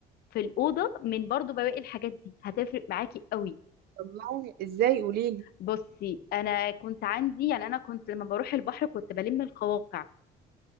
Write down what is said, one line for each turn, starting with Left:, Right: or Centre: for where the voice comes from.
Left: في الاوضه من برضو بواقي الحاجات دي هتفرق معاكي قوي
Right: والله ازاي قولي لي
Left: بصي انا كنت عندي يعني انا كنت لما بروح البحر كنت بلم القواقع